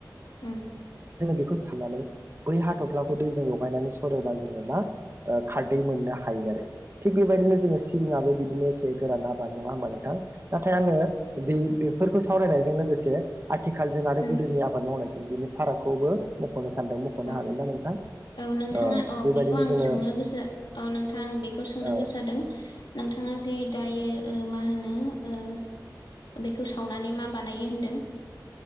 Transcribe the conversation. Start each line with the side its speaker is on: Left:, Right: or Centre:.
Left: उम
Right: जों बेखौ साननानै बै हाथ'फ्लाखौ दैजों लगायनानै सरोबा जोङो मा ओ खारदै मोननो हायो आरो थिग बेबायदिनो जोङो सिबिङाबो बिदिनो एखे गोरान आबाद नङा होमबा नोंथां नाथाय आङो बि बेफोरखौ सावरायनायजों लोगोसे आथिखालजों आरो
Left: उम उम
Right: गोदोनि आबाद मावनायजों ओ बिनि फारागखौबो मखनो सानदों मखनो
Left: औ
Right: हागोन ना नोंथां
Left: औ नोंथाङा
Right: ओ
Left: औ
Right: बेबायदिनो
Left: बेखौ आं
Right: जोङो
Left: सोंनो गोसो औ नोंथाङा आं बेखौ सोंनो
Right: औ
Left: गोसो जादों नोंथाङा जे दायो मा होनो ओ-ओ बेखौ सावनानै मा बानायो होनदों